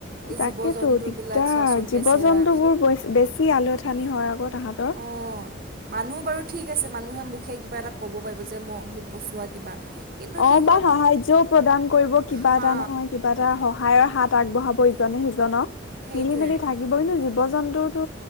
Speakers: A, on the right; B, on the left.
A: এই
B: তাকেতো
A: জীৱ জন্তুবিলাক
B: দিগদাৰ।
A: চোৱাচোন
B: জীৱ-জন্তু
A: বেচেৰা
B: বোৰ বে বেছি আলু এথানি হয় আকৌ। তাহাঁতৰ
A: অ' মানুহ বাৰু ঠিক আছে। মানুহে মুখে কিবা এটা ক'ব পাৰিব যে ম মোক বচোৱা কিবা। কিন্তু
B: অ'
A: সিহঁত
B: বা সাহায্য প্ৰদান কৰিব কিবা
A: হা
B: এটা নহয়, কিবা এটা সহায়ৰ হাত আগবঢ়াবই। জনক
A: সেইটোৱে
B: মিলি-মিলি থাকিবই নো জীৱ-জন্তুতো